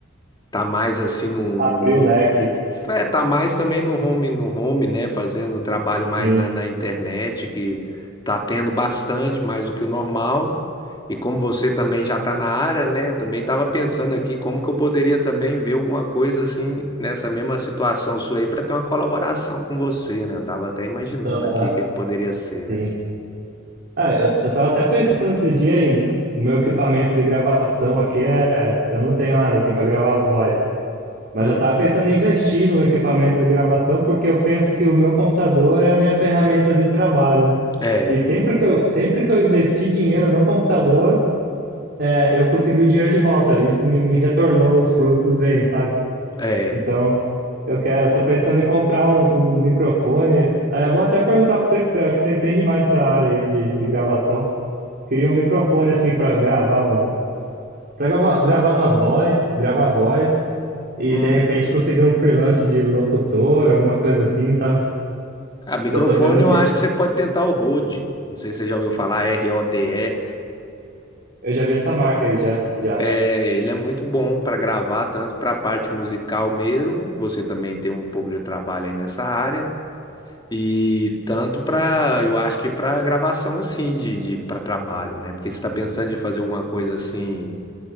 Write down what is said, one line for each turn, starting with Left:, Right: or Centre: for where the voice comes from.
Left: Tá mais assim no,
Right: Abriu
Left: no mundo.
Right: o leque,
Left: É, tá mais também no home, no home, né? Fazendo trabalho mais
Right: sim.
Left: na, na internet, que tá tendo bastante, mais do que o normal. E como você também já tá na área, né? Também tava pensando aqui como que eu poderia também ver alguma coisa assim nessa mesma situação sua aí para ter uma colaboração com você, né? Eu tava até imaginando
Right: Aham,
Left: aqui o que que poderia ser, né?
Right: sim. Ah, eu, eu tava até pensando esses dias em meu equipamento de gravação aqui é. Eu não tenho nada assim pra gravar voz. Mas
Left: Hum,
Right: eu tava pensando em investir no equipamento de gravação porque eu penso que o meu computador é a minha ferramenta de trabalho, né?
Left: é,
Right: E sempre que eu, sempre que eu investi dinheiro no computador, é, eu consegui o dinheiro de volta. Isso me, me retornou os frutos, bem, sabe?
Left: é.
Right: Então, eu quero, eu tô pensando em comprar um, um microfone. É bom até perguntar pra você que você acho que você entende mais dessa área aí de, de gravação. Queria um microfone assim pra gravar um, para gravar, gravar umas vozes, gravar voz e
Left: Hum.
Right: de repente conseguir um freelance de locutor, alguma coisa assim, sabe?
Left: A microfone
Right: Eu tô vendo
Left: eu
Right: que
Left: acho que você pode tentar o Rode. Não sei se você já ouviu falar, R-O-D-E.
Right: eu já vi dessa marca aí, já, já.
Left: É, ele é muito bom para gravar, tanto para a parte musical mesmo, que você também tem um pouco de trabalho aí nessa área, e tanto para, eu acho que para gravação assim, de, de para trabalho, né? Porque você está pensando em fazer alguma coisa assim,